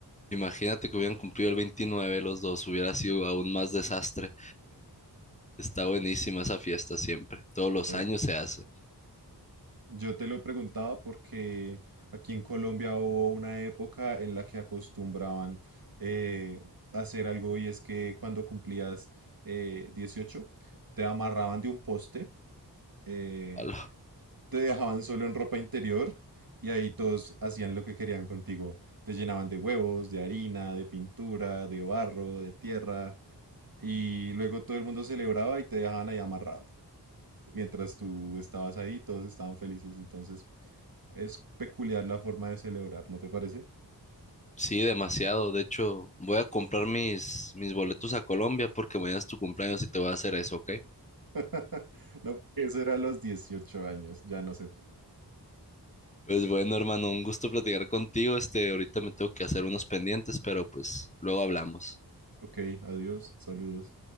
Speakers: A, on the left; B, on the right.
A: imagínate que hubieran cumplido el 29 los dos, hubiera sido aún más desastre. Está buenísima esa fiesta siempre, todos los
B: Oye,
A: años se hace.
B: Yo te lo preguntaba porque aquí en Colombia hubo una época en la que acostumbraban eh, hacer algo y es que cuando cumplías eh, 18 te amarraban de un poste, eh,
A: Ala,
B: te dejaban solo en ropa interior y ahí todos hacían lo que querían contigo. Te llenaban de huevos, de harina, de pintura, de barro, de tierra y luego todo el mundo celebraba y te dejaban ahí amarrado. mientras tú estabas ahí, todos estaban felices. Entonces, es peculiar la forma de celebrar, ¿no te parece?
A: Sí, demasiado. De hecho, voy a comprar mis, mis boletos a Colombia porque mañana es tu cumpleaños y te voy a hacer eso, ¿ok?
B: <laughs> No, porque eso era a los 18 años, ya no sé.
A: Pues bueno, hermano, un gusto platicar contigo. Este, ahorita me tengo que hacer unos pendientes, pero pues luego hablamos.
B: Ok, adiós, saludos.